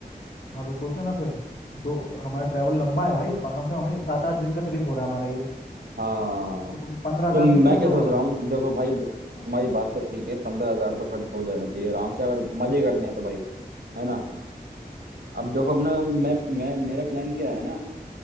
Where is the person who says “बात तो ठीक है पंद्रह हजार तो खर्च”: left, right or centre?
Right